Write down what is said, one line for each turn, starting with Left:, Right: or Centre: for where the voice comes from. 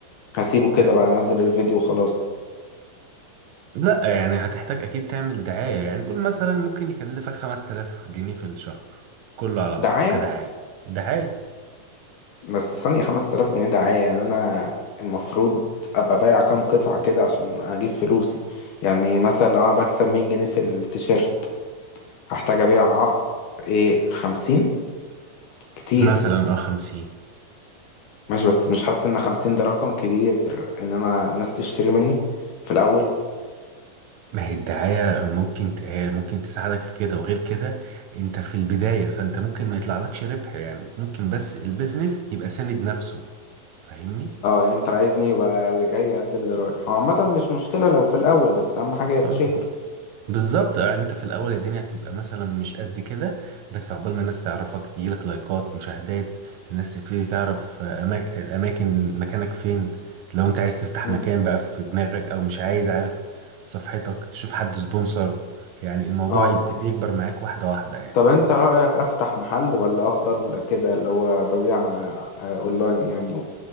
Left: هسيبه كده
Right: يعني
Left: بقى انزل الفيديو وخلاص
Right: لا يعني هتحتاج اكيد تعمل دعاية يعني قول مثلا ممكن يكلفك 5000 جنيه في الشهر كله على
Left: دعاية
Right: بعضه كدعاية دعاية
Left: بس ثانية 5000 جنيه دعاية يعني انا المفروض ابقى بايع كام قطعة كده عشان اجيب فلوسي يعني مثلا لو انا بكسب 100 جنيه في التيشيرت هحتاج ابيع ايه 50 كتير
Right: مثلا اه 50
Left: ماشي بس مش حاسس ان 50 ده رقم كبير ان انا ناس تشتري مني في الاول
Right: ما هي الدعاية ممكن ت- هي ممكن تساعدك في كده وغير كده انت في البداية فانت ممكن ما يطلعلكش ربح يعني ممكن بس البيزنس يبقى ساند نفسه فاهمني؟
Left: اه يعني انت عايزني يبقى اللي جاي قد اللي رايح هو عامة مش مشكلة لو في الاول بس اهم حاجة يتشهر
Right: اه بالظبط يعني انت في الاول الدنيا هتبقى مثلا مش قد كده بس عقبال ما الناس تعرفك تجيلك لايكات مشاهدات الناس تبتدي تعرف آه، أماك... الاماكن مكانك فين لو انت عايز تفتح
Left: مم.
Right: مكان بقى في دماغك او مش عايز عارف صفحتك تشوف حد سبونسر يعني الموضوع
Left: اه
Right: يبتدي يكبر معاك واحدة واحدة يعني
Left: طب انت رأيك افتح محل ولا افضل كده اللي هو ببيع آه، آه، اونلاين يعني